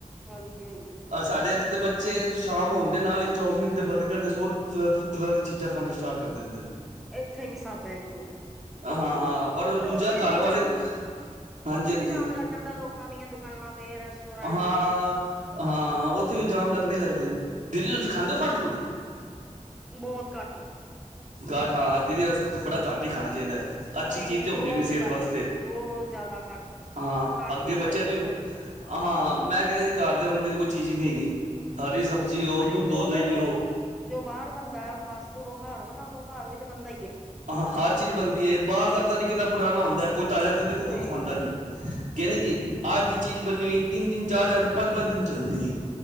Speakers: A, in the centre; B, on the right (about 70°).
A: ਹਾਂਜੀ, ਹਾਂਜੀ
B: ਸਾਡੇ ਇੱਥੇ ਦੇ ਬੱਚੇ ਸ਼ਾਮ ਹੋਣਦੇ ਨਾਲ ਹੀ ਚੌਮੀਨ ਤੇ ਬਰਗਰ ਤੇ ਸੋ ਤਰ੍ਹਾਂ। ਚੀਜ਼ਾਂ ਖਾਣੀ ਸਟਾਰਟ ਕਰ ਦੇਦੇ ਨੇ।
A: ਇੱਥੇ ਵੀ ਸਭ ਏਈ ਓ ਹੈ।
B: ਹਾਂ ਔਰ
A: ਫਿਰ
B: ਦੂਜਾ
A: ਉੱਥੇ
B: ਘਰ
A: ਵੀ
B: ਵਾਲੇ।
A: ਜਾਮ
B: ਹਾਂਜੀ
A: ਉੱਥੇ
B: ਹਾਂਜੀ
A: ਵੀ ਜਾਮ ਲੱਗ ਜਾਂਦਾ ਲੋਕਾਂ ਦੀਆਂ ਦੁਕਾਨਾਂ ਤੇ ਰੈਸਟੋਰੈਂਟ
B: ਹਾਂ
A: ਤੇ।
B: ਹਾਂ ਉੱਥੇ ਵੀ ਜਾਮ ਲੱਗਣੇ ਹੀ ਲੱਗਣੇ ਨੇ, ਦੀਦੀ ਤੁਸੀਂ ਖਾਂਦੇ
A: ਬਿਲਕੁਲ
B: ਹੋ ਫਾਸਟ ਫੂਡ?
A: ਬਹੁਤ ਘੱਟ।
B: ਘਟ ਹਾਂ ਅਤੇ ਇਹਦੇ ਵੈਸੇ ਥੋੜਾ ਘੱਟ ਹੀ ਖਾਣਾ ਚਾਹੀਦਾ ਹੈ। ਅੱਛੀ
A: ਨਹੀਂ
B: ਚੀਜ਼
A: ਨਹੀਂ
B: ਤਾਂ ਹੁੰਦੀ
A: ਬਹੁਤ
B: ਨੀ ਸਿਹਤ
A: ਘੱਟ
B: ਵਾਸਤੇ,
A: ਬਹੁਤ ਜ਼ਿਆਦਾ ਘੱਟ
B: ਹਾਂ
A: ਘਰ
B: ਅੱਗੇ
A: ਦੀ ਖਾਈ
B: ਬੱਚਿਆਂ
A: ਦੀ
B: ਨੂੰ।
A: ਰੋਟੀ ਅਸੀਂ
B: ਹਾਂ ਹਾਂ ਮੈਂ ਕਹਿੰਦਾ ਜੀ ਘਰ ਦੇ ਵਾਂਗਦੀ ਤਾਂ ਕੋਈ ਚੀਜ਼ ਹੀ ਨਹੀਂ ਹੈਗੀ, ਹਰੀ ਸਬਜ਼ੀ ਹੋ,
A: ਅਰੇ
B: ਦੁੱਧ
A: ਜੋ
B: ਹੋ ਦਹੀਂ ਹੋ।
A: ਜੋ ਬਾਹਰ ਬਣਦਾ ਫਾਸਟ ਫੂਡ ਉਹ ਘਰ ਬਣਾ ਲੋ ਘਰ ਵੀ ਤਾਂ ਬਣਦਾ ਹੀ ਏ।
B: ਹਾਂ ਹਰ ਚੀਜ਼ ਬਣਦੀ ਹੈ ਬਾਹਰ ਦਾ ਪਤਾ ਨਹੀਂ ਕਿੰਨਾ ਪੁਰਾਣਾ ਹੁੰਦਾ ਕੋਈ ਤਾਜ਼ਾ ਤੇ ਦੇ
A: ਸਹੀ
B: ਕੋ ਕੋਈ ਖੁਉਂਦਾ
A: ਗੱਲ
B: ਨੀ।
A: ਹੈ,
B: ਕਹਿੰਦੇ
A: ਹਾਂਜੀ
B: ਜੀ, ਅੱਜ ਦੀ ਚੀਜ਼ ਬਣੀ ਹੋਈ ਤਿੰਨ -ਤਿੰਨ, ਚਾਰ- ਚਾਰ, ਪੰਜ -ਪੰਜ ਦਿਨ ਚੱਲਦੀ।